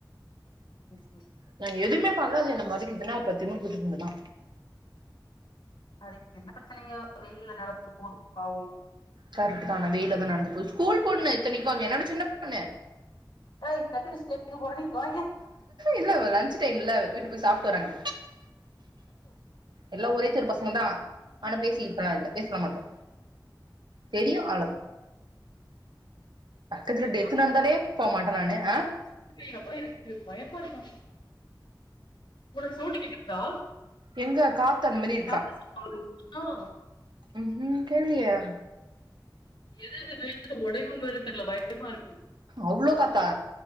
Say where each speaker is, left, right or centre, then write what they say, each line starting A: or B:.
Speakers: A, on the left (about 75°); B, on the right (about 70°).
A: மிஸ்டே
B: நா எதுமே பண்ல அது என்ன மொறைக்குதுன்னா அப்ப அது திமுர் புடிச்ச பொண்ணு தா
A: அதுக்கு என்ன பிரச்சனையோ வெயில்ல நடந்து போது பாவோ
B: கரெக்ட் தா அன வெயில்ல தா நடந்து போது ஸ்கூல் பொண்ணு இத்தனைக்கு அது என்னோட சின்ன பொண்ணு
A: ஏய் கட்டடிச்சிட்டு எங்க போற நீ இங்க வா இங்க
B: இல்ல லஞ்ச் டைம் இல்ல வீட்டு போய் சாப்ட்டு வராங்க
A: ம்கு
B: எல்லா ஒரே தெரு பசங்க தா ஆனா பேசியிப்பலா இல்ல பேசலா மாட்டோ தெரியு அவ்ள பக்கத்துல
A: இந்த
B: டெத் நடந்தாலே போ மாட்ட நானு ஆ
A: இல்லையம்மா எனக்கு பயமா இருக்கா உனக்கு சவுண்டு கேக்குதா
B: எங்க காத்து அந்த மாரி
A: காத்து <inaudible> ஆ
B: ம்ஹு கேக்லியே
A: எது எது வீட்ல ஒடையுமோனு வேற தெர்ல பயமா இருக்கு
B: அவ்ளோ காத்தா